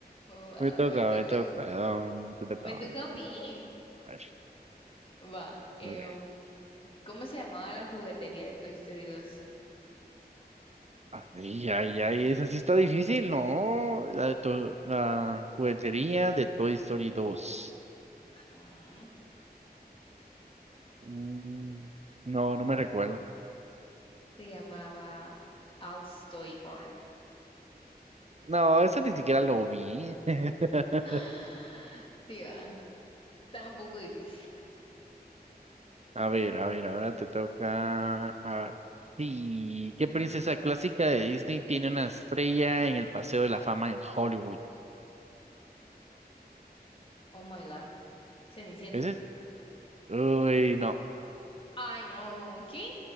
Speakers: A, on the left; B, on the right.
A: Wow,
B: Me toca,
A: me toca.
B: me toca. um, te toca.
A: Me toca
B: me
A: a mí.
B: toca. Ay,
A: Va. eh,
B: dale, ven.
A: um, ¿cómo se llamaba la juguetería de Toy Story dos?
B: Ay, ay, ay, esa sí está difícil, ¿no? La de to- la juguetería de Toy Story dos
A: Ah,
B: Mm, no, no me recuerdo.
A: se llamaba Al's Toy Barn. <gasps>
B: No, esa ni siquiera lo vi. <laughs>
A: Ah, Sí, va. Estaba un poco difícil.
B: A ver, a ver, ahora te toca. ah, sí, ¿qué princesa clásica de Disney tiene una estrella en el Paseo de la Fama en Hollywood?
A: Oh my God. Cenicienta.
B: ¿Es esa? Uy, no.
A: Ay, no. ¿Quién?